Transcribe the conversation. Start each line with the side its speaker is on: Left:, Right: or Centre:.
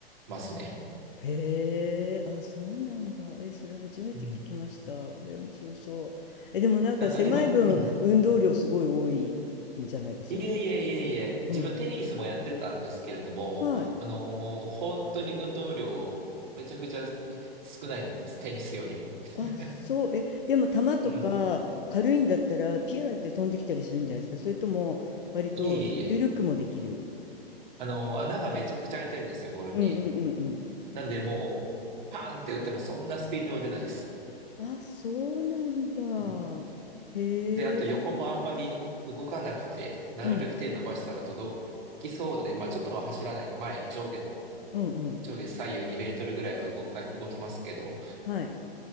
Right: ますね。
Left: へえ、あ、そうなんだ。え、それ初めて聞きました。
Right: うん。
Left: え、面白そう。え、でもなんか狭い分、
Right: なんか今、うん
Left: 運動量すごい多いんじゃないかしら。
Right: いえいえいえいえ、
Left: うん。
Right: 自分テニスもやってたんですけれども、
Left: はい。
Right: あのー本当に運動量めちゃくちゃ少ないです、テニスより。<laughs>
Left: あ、そう。え、でも球とか軽いんだったら、
Right: うん。
Left: ピューンって飛んできたりするんじゃないですか。それとも、割と緩くもできる。
Right: いえいえいえ。あのー穴がめちゃくちゃ開いてるんですよ、ボールに。
Left: うんうんうんうん。
Right: なんでもう、パーンって打ってもそんなスピードは出ないです。
Left: あ、そうなんだ。
Right: うん。
Left: へえ。
Right: で、あと横もあんまり動かなくて、なるべく手伸ばしたら届きそうで、
Left: うん、
Right: まあちょっとは走らない。前、上下の、
Left: うん、うん。
Right: 上下左右2メートルぐらいは動か、動きますけど、
Left: はい。